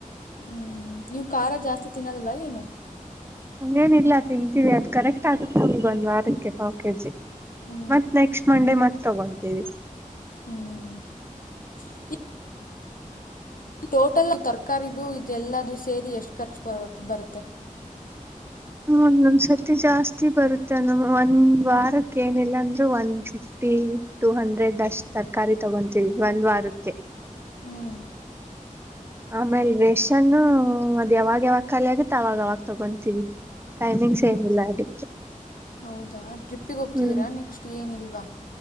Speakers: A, on the left; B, on the right.
A: ಹ್ಮ್ ನೀವು ಖಾರ ಜಾಸ್ತಿ ತಿನ್ನಲ್ವಾ ಏನು.
B: ಹಂಗೇನಿಲ್ಲ ತಿಂತೀವಿ ಅದು ಕರೆಕ್ಟ್ ಆಗುತ್ತೆ ಈಗ ಒಂದ್ ವಾರಕ್ಕೆ ಪಾವ್ ಕೆಜಿ.
A: ಹ್ಞೂ
B: ಮತ್ ನೆಕ್ಸ್ಟ್ ಮಂಡೇ ಮತ್ ತಗೊಂತೀವಿ.
A: ಹ್ಮ್ಮ್ ಟೋಟಲಿ ತರಕಾರಿದು ಇದೆಲ್ಲದು ಸೇರಿ ಎಷ್ಟ್ ಖರ್ಚು ಬರು ಬರುತ್ತೆ.
B: ಒಂದೊಂದು ಸರ್ತಿ ಜಾಸ್ತಿ ಬರುತ್ತೆ ನಮ್ಮು. ಒಂದ್ ವಾರಕ್ಕೆ ಏನಿಲ್ಲ ಅಂದ್ರೆ ಒಂದು ಫಿಫ್ಟಿ ಟೂ ಹಂಡ್ರೆಡ್ ಅಷ್ಟೆ. ತರಕಾರಿ ತಗೊಂತೀವಿ ಒಂದ್ ವಾರಕ್ಕೆ.
A: ಹ್ಮು
B: ಆಮೇಲ್ ರೇಷನ್ನು ಅದ್ ಯಾವಾಗ ಯಾವಾಗ ಖರೆ ಆಗುತ್ತಾ ಅವಾಗ ಅವಾಗ ತಗೊಂತೀವಿ. ಟೈಮಿಂಗ್ಸ್
A: ಹ್ಮ
B: ಏನಿಲ್ಲ ಅದಕ್ಕೆ
A: ಹೌದಾ ಟ್ರಿಪ್ಪಿಗೆ ಹೋಗ್ತೀರಾ
B: ಹ್ಮ್
A: ನೆಕ್ಸ್ಟ್ ಏನು ಇಲ್ವಾ.